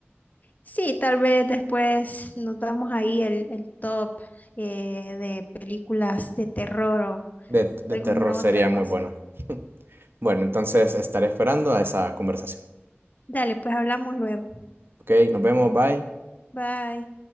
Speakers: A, on the left; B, on the right.
A: Sí, tal vez después nos damos ahí el, el top eh, de películas de terror o
B: De, de
A: alguna
B: terror sería
A: otra cosa.
B: muy bueno. Bueno, entonces estaré esperando a esa conversación.
A: Dale, pues hablamos luego.
B: Ok, nos vemos, bye.
A: Bye.